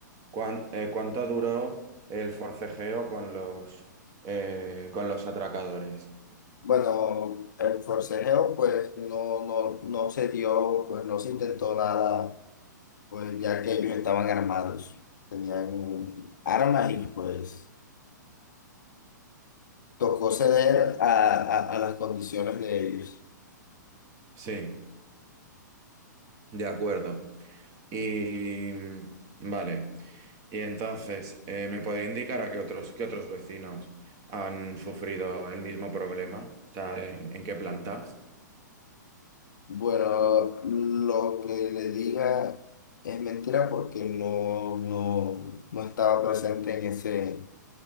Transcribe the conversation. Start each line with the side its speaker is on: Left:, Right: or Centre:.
Right: ¿Cuán- eh, ¿cuánto duró el forcejeo con los, eh, con los atracadores?
Left: Bueno, el forcejeo pues no, no, no se dio, pues no se intentó nada, pues ya que ellos estaban armados, tenían armas y pues tocó ceder a, a, a las condiciones de ellos.
Right: Sí, de acuerdo. Y mm, vale. Y entonces, eh, ¿me podría indicar a qué otros, qué otros vecinos han sufrido el mismo problema? O sea, ¿en, en qué plantas?
Left: Bueno, lo que le diga es mentira porque no, no, no estaba presente en ese